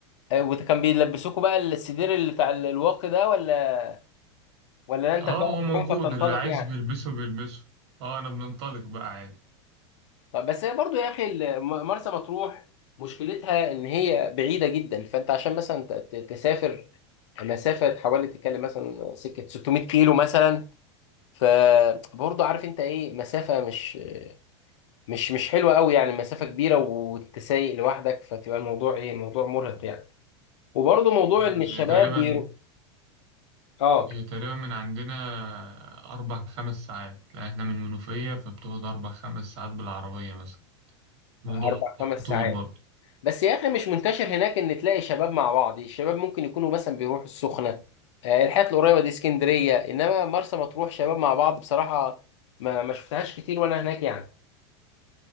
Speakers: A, on the left (about 85°); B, on the right (about 65°).
A: آه، وكان بيلبسوكوا بقى السدير اللي بتاع ال- الواقي ده ولا ولا انت
B: أه
A: بتعرف
B: هو موجود
A: تعوم فبتنطلق
B: اللي عايز
A: يعني
B: بيلبسه بيلبسه أه أنا بننطلق بقى عادي
A: طب بس هي برضو يا اخي ال- م- مرسى مطروح مشكلتها ان هي بعيده جدا فانت عشان مثلا ت- ت- تسافر مسافة حوالي تتكلم مثلا سكة 600 كيلو مثلا فبرضه عارف انت ايه مسافة مش مش مش حلوة قوي يعني مسافة كبيرة وانت سايق لوحدك فتبقى الموضوع ايه موضوع مرهق يعني وبرضه موضوع
B: مم،
A: ان الشباب
B: هي تقريبا
A: بي... اه
B: هي تقريبا من عندنا أربع خمس ساعات لأن إحنا من المنوفية فبتقعد أربع خمس ساعات بالعربية مثلا موضوع
A: اربع خمس
B: طويل
A: ساعات
B: برضه
A: بس يا اخي مش منتشر هناك ان تلاقي شباب مع بعض الشباب ممكن يكونوا مثلا بيروحوا السخنة آه، الحتت القريبة دي اسكندرية انما مرسى مطروح شباب مع بعض بصراحة ما ما شفتهاش كتير وانا هناك يعني